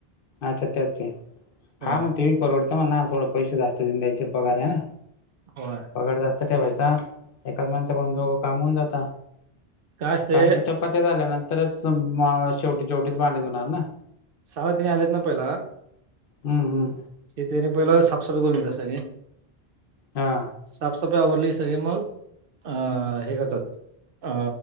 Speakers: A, on the left; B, on the right.
A: अच्छा त्याचचे
B: होय
A: हा म ते परवडतं म ना थोडं पैसे जास्त घेऊन द्यायचे पगार ना
B: होय.
A: पगार जास्त ठेवायचा एकाच माणसाकडून दोघं काम होऊन जाता.
B: काय असतंय
A: कारण की चपात्या झाल्यानंतरच शेवटी शेवटीच भांडे धुणार ना.
B: साव दिने आलेत ना पहिला
A: हम्म हम्म.
B: ते त्याने पहिला साफसफाई करून देत सगळे.
A: हा.
B: साफसफाई आवरली सगळी मग अ हे करतात. अ